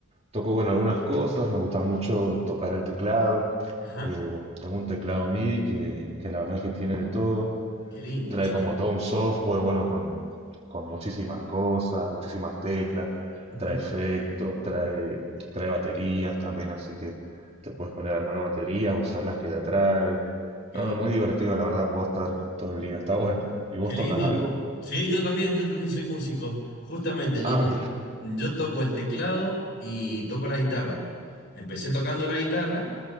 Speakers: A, on the right; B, on the left.
A: toco, bueno, algunas cosas, me gusta mucho tocar el teclado.
B: Ajá,
A: Eh, tengo un teclado MIDI que, que la verdad que tiene de todo.
B: qué lindo,
A: trae
B: che.
A: como todo un software, bueno, con, con muchísimas cosas, muchísimas teclas,
B: Ujú,
A: trae efectos, trae, trae baterías también, así que te puedes poner a armar baterías, usar las que ya trae.
B: Qué
A: No,
B: lindo.
A: no, muy divertido, la verdad, puedo estar todo el día, está bueno. ¿Y vos
B: Qué lindo.
A: tocas algo?
B: Sí, yo también, yo también soy músico. Justamente, yo,
A: Ah,
B: te-
A: mira,
B: yo toco el teclado y toco la guitarra. Empecé tocando la guitarra